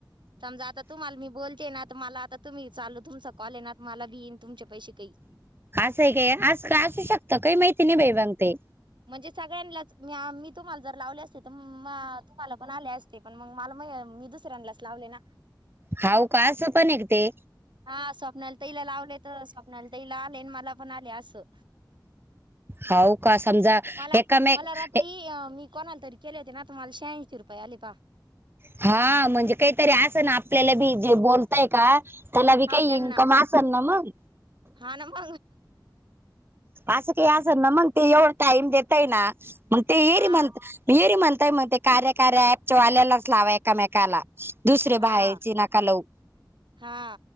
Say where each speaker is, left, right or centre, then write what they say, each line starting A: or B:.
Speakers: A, on the right; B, on the right.
A: समजा आता तुम्हाला मी बोलते ना मला आता तुम्ही चालू तुमचा कॉल ये ना मला बीईन तुमचे पैसे ते.
B: <unintelligible> असू शकतो काय मैहिती नाही बाई मला ते.
A: म्हणजे सगळ्यांनाच मी तुम्हाला जर लावले असते तर तुम्हाला पण आले असते पण मग मला मी दुसऱ्यानाच लावले ना?
B: हाव का असं पण एक ते
A: हा स्वप्नाला ताईला लावले तर स्वप्नाला ताईला आले आणि मला पण आले असं
B: हाऊ का समजा
A: मला
B: एकामेक
A: मला रात्री मी कोणाला तरी केले होते ना तर मला शहाऐंशी रुपये आले पाहा
B: हा म्हणजे काहीतरी असं ना आपल्याला बी जे बोलतय का त्याला बी
A: हा
B: काही
A: त्यांना
B: इन्कम असेल ना मग
A: हा न म
B: असं काही असं ना मग ते एवढं टाईम देतय ना मग ते येरी
A: हा
B: म्हणत मी येरी म्हणताय मग ते कार्य कार्य ऍपच्या वाल्यालाच लावा एकामेकाला दुसर्या
A: हा
B: बाहेरचे नका लाऊ
A: हा